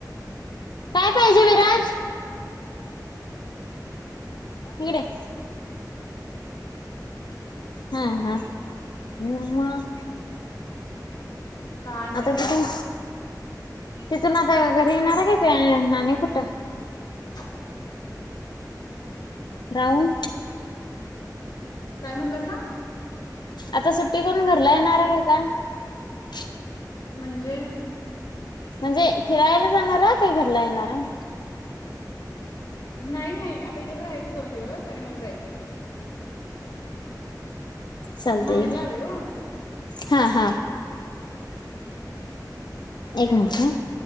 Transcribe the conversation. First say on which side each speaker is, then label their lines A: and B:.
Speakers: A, on the left; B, on the left.
A: पाहिजे विराज?
B: अ.
A: इकडे हा हा मग
B: काय नाही
A: आता तिथून
B: बघा.
A: तिथून आता घरी येणार आहे. काय ते आणि कुठं?
B: ह <unintelligible>
A: राहुल.
B: काय म्हणलंना?
A: आता सुट्टी करून घरला येणार आहे का का?
B: म्हणजे?
A: म्हणजे फिरायला जाणारा? काय घरला येणार म.
B: नाही नाही आता इथंच राहायचं दोन दिवस आणि मग जायचं.
A: चालतंय
B: माहेरला आलोय ओ
A: हा हा, एक मिनिट हा.